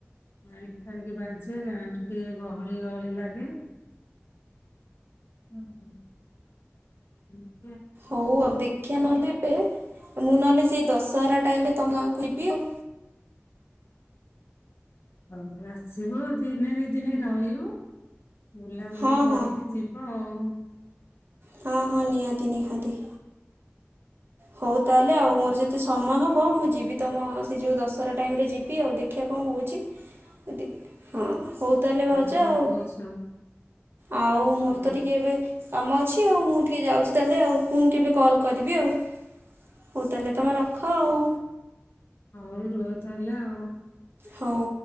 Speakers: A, on the left; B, on the right.
A: ମାଇକ ଫାଇକ ବାଜେ ଗାଁ ଟା ଟିକେ ଗହଳି ଗହଳି ଲାଗେ। ହୁଁ ହୁଁ ହୁଁ
B: ହଉ ଆଉ ଦେଖିିବା ନହେଲେ ଏ ମୁଁ ନହେଲେ ସେଇ ଦଶହରା ଟାଇମ ରେ ତମ ଗାଁକୁ ଯିବି ଆଉ
A: ହଉ ଆସିବ ଦିନେ ଦି ଦିନ ରହିବ ବୁଲାବୁଲି
B: ହଁ
A: କରିକି
B: ହଁ
A: ଯିବ ହଉ
B: ହଁ ହଁ ନିଆତି ନିହାତି। ହଉ ତାହେଲେ ଆଉ
A: ହଁ
B: ମୋର ଯଦି ମତେ ସମୟ ହବ ମୁଁ ଯିବି ତମ ସେ ଯୋଉ ଦଶହରା ଟାଇମ୍ ରେ ଯିବି ଆଉ ଦେଖିବା କଣ ହଉଚି। ଯଦି ହଁ ହଉ ତାହେଲେ ଭାଉଜ
A: କଣ
B: ଆଉ
A: କହୁଛ?
B: ଆଉ ମୋର
A: ହଁ
B: ତ ଟିକେ ଏବେ କାମ ଅଛି ଆଉ ମୁଁ ଟିକେ ଯାଉଚି ତାହେଲେ ଆଉ ପୁଣି କେବେ କଲ୍ କରିବି ଆଉ ହଉ ତାହେଲେ ତମେ ରଖ ଆଉ
A: ହଉ ରୁହ ତାହେଲା ଆଉ
B: ହଉ